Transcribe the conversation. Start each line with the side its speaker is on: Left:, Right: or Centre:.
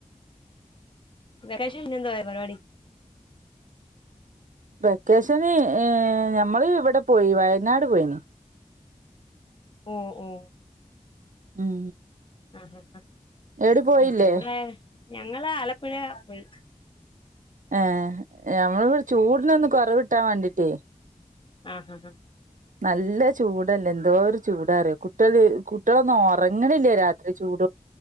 Left: വെക്കേഷന് പിന്നെ എന്തുവാരുന്നു പരിപാടി-
Right: വെക്കേഷന് ഏ ഞമ്മള് ഇവിടെ പോയി വയനാട് പോയിന്-
Left: ഒ ഓ
Right: ഉം
Left: ആഹ് ഹ ഹ
Right: എവിടെ പോയില്ലേ
Left: അത് ചൂടാ ഞങ്ങള് ആലപ്പുഴാ- <unintelligible>
Right: ഏ ഞമ്മളിവിടെ ചൂടിനൊന്ന് കുറവ് കിട്ടാൻ വേണ്ടിട്ടേ
Left: ആഹ് ആഹ്
Right: നല്ല ചൂട് ഇതല്ല എന്തോരു ചൂടാറിയോ കുട്ടികളൊന്നും ഉറങ്ങണില്ല രാത്രി <unintelligible>